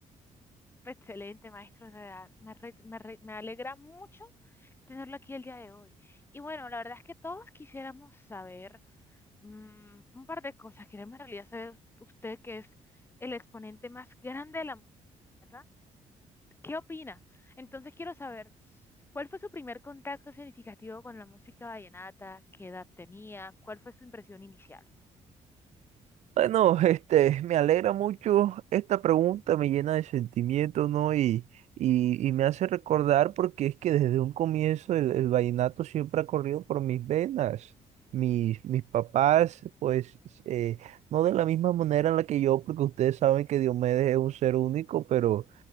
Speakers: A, on the left; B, on the right.
A: Excelente, maestro. de verdad, Me, arre- me arre- me alegra mucho tenerlo aquí el día de hoy. Y bueno, la verdad es que todos quisiéramos saber. Mm, un par de cosas. Queremos en realidad saber usted que es el exponente más grande de la música. ¿Qué opina? Entonces quiero saber, ¿cuál fue su primer contacto significativo con la música vallenata? ¿Qué edad tenía? ¿Cuál fue su impresión inicial?
B: Bueno, <laughs> este, me alegra mucho esta pregunta, me llena de sentimiento, ¿no? Y, y, y me hace recordar porque es que desde un comienzo el, el vallenato siempre ha corrido por mis venas. Mis, mis papás, pues, eh, no de la misma manera en la que yo, porque ustedes saben que Diomedes es un ser único, pero